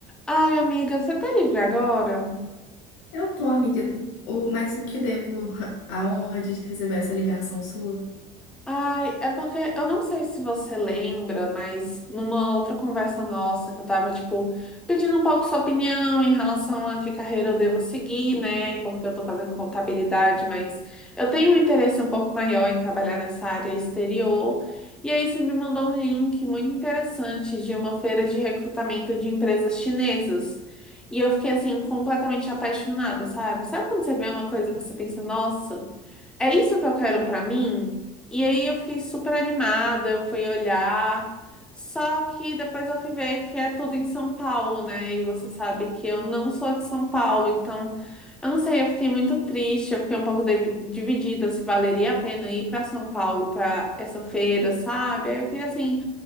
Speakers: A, in the centre; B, on the left (about 80°).
A: Ai, amiga, você tá livre agora?
B: Eu tô, amiga, o, mas o que devo a honra de receber essa ligação sua?
A: Ai, é porque eu não sei se você lembra, mas numa outra conversa nossa que eu tava, tipo, pedindo um pouco sua opinião em relação a que carreira eu devo seguir, né? Porque eu tô fazendo contabilidade, mas eu tenho um interesse um pouco maior em trabalhar nessa área exterior. E aí você me mandou um link muito interessante de uma feira de recrutamento de empresas chinesas. E eu fiquei assim completamente apaixonada, sabe? Sabe quando você vê uma coisa e você pensa, nossa, é isso que eu quero pra mim? E aí eu fiquei super animada, eu fui olhar. Só que depois eu fui ver que é tudo em São Paulo, né? E você sabe que eu não sou de São Paulo, então eu não sei, eu fiquei muito triste, eu fiquei um pouco devi- dividida se valeria a pena ir para São Paulo para essa feira, sabe? Aí eu queria assim